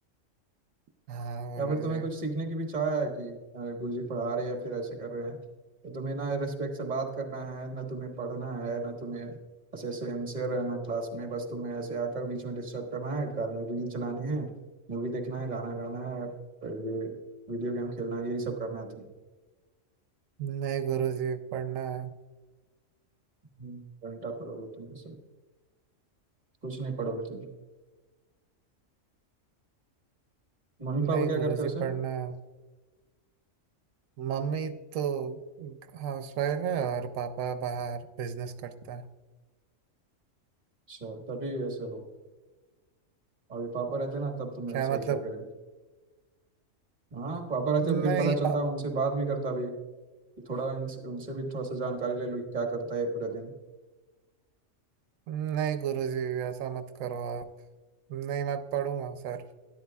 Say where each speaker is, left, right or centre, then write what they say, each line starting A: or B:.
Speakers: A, on the right; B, on the right.
A: हाँ गुरु
B: या फिर तुम्हें
A: जी
B: कुछ सीखने की भी चाह है कि अ, गुरुजी पढ़ा रहे हैं या फिर ऐसे कर रहे हैं तो तुम्हें ना रेस्पेक्ट से बात करना है ना तुम्हें पढ़ना है ना तुम्हें ऐसे सिंसियर रहना क्लास में बस तुम्हें ऐसे आकर बीच में डिस्टर्ब करना है गाने रील चलानी है मूवी देखना है गाना गाना है और ये वीडियो गेम खेलना है यही सब करना है तुम्हें
A: नहीं गुरु जी पढ़ना है
B: हम्म, घंटा पढ़ोगे तुम ये सब कुछ नहीं पढ़ोगे तुम मम्मी पापा
A: नहीं
B: क्या
A: गुरुजी
B: करते हो उसे
A: पढ़ना है। मम्मी तो हाउसवाइफ है और पापा बाहर बिजनेस करता है
B: अच्छा तभी ऐसे हो अभी पापा रहते ना तब तुम्हें
A: क्या
B: सही
A: मतलब
B: करके रखते हाँ पापा रहते
A: नहीं
B: फिर पता चलता
A: पाप
B: उनसे बात भी करता अभी थोड़ा इनसे उनसे भी थोड़ा सा जानकारी ले लूँ कि क्या करता है ये पूरे दिन
A: नहीं गुरुजी ऐसा मत करो आप नहीं मैं पढ़ूंगा सर